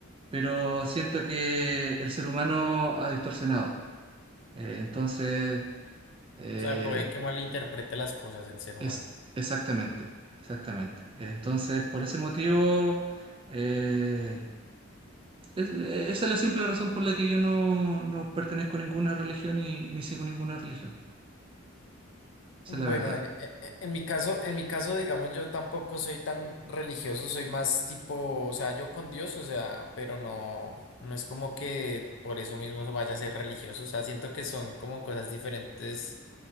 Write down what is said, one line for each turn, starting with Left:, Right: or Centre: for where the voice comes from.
Right: pero siento que el ser humano ha distorsionado. Eh, entonces, eh,
Left: O sea, puede que malinterprete las cosas el ser
Right: es
Left: humano.
Right: exactamente, exactamente. Entonces, por ese motivo... eh, Es- esa es la simple razón por la que yo no, no pertenezco a ninguna religión y ni sigo ninguna religión. Esa
Left: Bueno,
Right: es la verdad.
Left: en, e- e- en mi caso, en mi caso, digamos, yo tampoco soy tan religioso, soy más tipo, o sea, yo con Dios, o sea, pero no, no es como que por eso mismo vaya a ser religioso, o sea, siento que son como cosas diferentes